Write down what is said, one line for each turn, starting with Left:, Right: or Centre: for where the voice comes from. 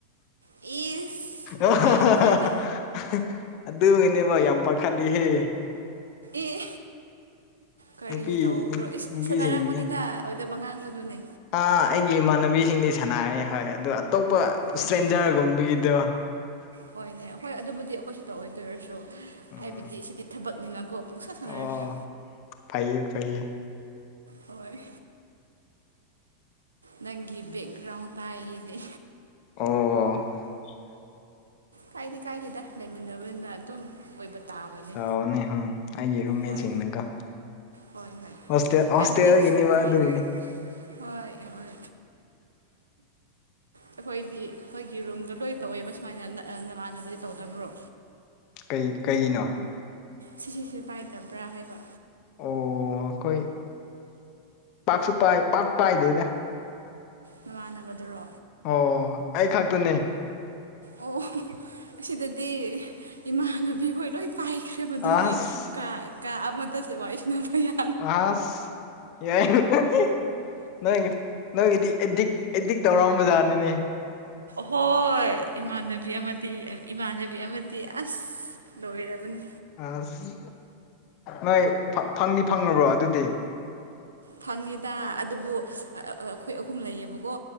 Right: ꯏꯁ
Left: ꯑꯣ <unintelligible>
Right: ꯃꯥꯟꯗ꯭ꯔꯦꯗ
Left: ꯑꯗꯨꯅꯦꯕ ꯌꯥꯝ ꯄꯥꯈꯠꯂꯤꯍꯦ
Right: ꯑꯦ ꯀꯔꯤ
Left: ꯅꯨꯄꯤ
Right: ꯇꯧꯕ꯭ꯔꯣ
Left: ꯅꯨ
Right: ꯏꯁ
Left: ꯅꯨꯄꯤꯁꯤꯡꯅꯤ
Right: ꯁꯥꯟꯅꯔꯝꯒꯅꯤꯗ ꯑꯣꯏꯗꯕ ꯉꯥꯡꯒꯅꯨꯅꯦ
Left: ꯑꯩꯒꯤ ꯏꯃꯥꯟꯅꯕꯤꯁꯤꯡꯗꯤ ꯁꯥꯟꯅꯩꯌꯦ ꯍꯣꯏ ꯑꯗꯣ ꯑꯇꯣꯞꯄ
Right: ꯍꯣꯏꯅꯦ
Left: ꯏꯁꯇ꯭ꯔꯦꯟꯖꯔꯒꯨꯝꯕꯒꯤꯗꯣ
Right: ꯍꯣꯏꯅꯦ ꯍꯣꯏ ꯑꯗꯨꯕꯨꯗꯤ ꯑꯩꯈꯣꯏꯁꯨ ꯇꯧꯋꯗꯣꯏꯔꯁꯨ
Left: ꯎꯝ
Right: ꯍꯥꯏꯕꯗꯤ ꯁꯤꯗꯤ ꯊꯕꯛꯅꯤꯅꯀꯣ ꯄꯨꯡꯁꯥ ꯁꯥꯟꯅꯔꯁꯤ
Left: ꯑꯣ ꯐꯩꯌꯦ ꯐꯩꯌꯦ
Right: ꯍꯣꯏ ꯅꯪꯒꯤ ꯕꯩꯛꯒ꯭ꯔꯥꯎꯟ ꯇꯥꯏ ꯑꯩꯗꯤ
Left: ꯑꯣ
Right: ꯀꯥꯏꯗꯦ ꯀꯥꯏꯗꯦꯗ ꯂꯩꯃꯤꯟꯅꯕꯅꯤꯅ ꯑꯗꯨꯝ ꯑꯣꯏꯕ ꯇꯥꯕꯅꯦ
Left: ꯄꯥꯅꯤ ꯍꯨꯝ ꯑꯩꯒꯤ ꯔꯨꯝꯃꯦꯠꯁꯤꯡꯅꯤꯀꫭ
Right: ꯍꯣꯏ ꯍꯣꯏ ꯍꯣꯏ
Left: ꯍꯣꯁꯇꯦꯜ ꯍꯣꯁꯇꯦꯜꯒꯤꯅꯦꯕ
Right: ꯍꯥꯏꯕꯗꯤ ꯀꯥꯏ
Left: ꯑꯗꯨꯒꯤꯅꯤ
Right: ꯍꯣꯏ ꯍꯣꯏ
Left: <inaudible>
Right: ꯑꯩꯈꯣꯏꯗꯤ ꯑꯩꯈꯣꯏꯒꯤ ꯔꯨꯝꯗꯣ ꯂꯣꯏ ꯇꯧꯋꯦꯕ ꯁꯨꯃꯥꯏꯅ ꯑ ꯅꯃꯥꯟꯅꯕꯗꯤ ꯇꯧꯗꯕ꯭ꯔꯣ
Left: ꯀꯩ ꯀꯩꯒꯤꯅꯣ
Right: ꯁꯤꯁꯤꯁꯦ ꯄꯥꯏꯗꯕ꯭ꯔꯥ ꯍꯥꯏꯕ
Left: ꯑꯣ ꯑꯈꯣꯏ ꯄꯥꯛꯁꯨ ꯄꯥꯏ ꯄꯥꯛ ꯄꯥꯏꯗꯦꯗ
Right: ꯅꯃꯥꯟꯅꯕꯗꯨꯔꯣ
Left: ꯑꯣ ꯑꯩ ꯈꯛꯇꯅꯦ
Right: ꯑꯣ ꯑꯁꯤꯗꯗꯤ ꯏꯃꯥꯟꯅꯕꯤꯈꯣꯏ ꯂꯣꯏ ꯄꯥꯏꯈ꯭ꯔꯦ ꯍꯦꯕ ꯃꯗꯨꯒꯤ
Left: ꯑꯁ
Right: ꯀ ꯀ ꯑꯃꯠꯇ ꯋꯥꯔꯤ ꯁꯥꯟꯅꯌꯥ
Left: ꯑꯁ ꯌꯥꯏꯅ ꯅꯣꯏꯒꯤ ꯅꯣꯏꯒꯤ ꯅꫭꯏꯒꯤꯗꯤ ꯑꯦꯗꯤꯛ ꯑꯦꯗꯤꯛ ꯇꯧꯔꯝꯕ ꯖꯥꯠꯅꯤꯅꯦ
Right: ꯍꯣꯏ ꯏꯃꯥꯟꯅꯕꯤ ꯑꯃꯗꯤ ꯏꯃꯥꯟꯅꯕꯤ ꯑꯃꯗꯤ ꯑꯁ ꯂꫭꯏꯔꯕꯅꯤ
Left: ꯑꯁ ꯅꯣꯏ ꯐꯪ ꯐꯪꯗꯤ ꯐꯪꯉꯕꯣ ꯑꯗꯨꯗꯤ
Right: ꯐꯪꯉꯦꯗ ꯑꯗꯨꯕꯨ ꯑꯩꯈꯣꯏ ꯑꯍꯨꯝ ꯂꯩꯌꯦꯕꯀꯣ